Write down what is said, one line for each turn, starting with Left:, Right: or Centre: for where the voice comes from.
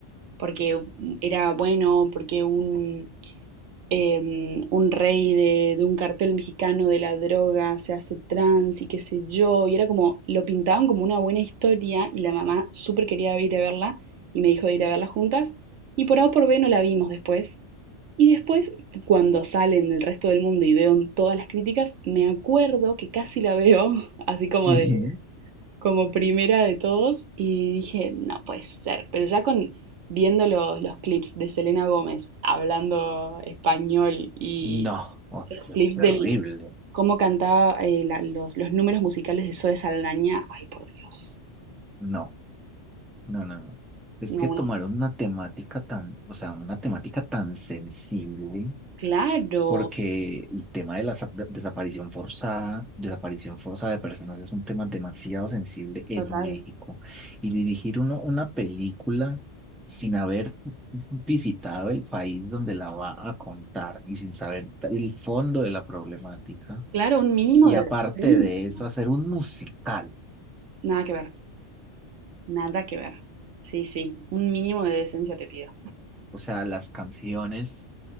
Right: porque era bueno, porque un, eh, un rey de, de un cartel mexicano de la droga se hace trans y qué sé yo, y era como, lo pintaban como una buena historia y la mamá súper quería ir a verla y me dijo de ir a verla juntas, y por A o por B no la vimos después, y después, cuando sale en el resto del mundo y veo todas las críticas, me acuerdo que casi la veo, <laughs> así como
Centre: Ujú.
Right: de, como primera de todos, y dije, no puede ser. Pero ya con viendo los, los clips de Selena Gómez hablando español y
Centre: No, o
Right: los
Centre: sea,
Right: clips
Centre: es terrible.
Right: del cómo cantaba eh, la- los, los números musicales de Zoe Saldaña, ay por Dios.
Centre: No. No, no, no. Es
Right: No,
Centre: que
Right: una-
Centre: tomaron una temática tan, o sea, una temática tan sensible,
Right: claro,
Centre: porque el tema de la sa- desaparición forzada, desaparición forzada de personas es un tema demasiado sensible en
Right: total.
Centre: México. Y dirigir uno una película sin haber visitado el país donde la va a contar y sin saber el fondo de la problemática.
Right: Claro, un mínimo
Centre: Y
Right: de
Centre: aparte
Right: decencia.
Centre: de eso, hacer un musical.
Right: Nada que ver. Nada que ver. Sí, sí, un mínimo de decencia te pido.
Centre: O sea, las canciones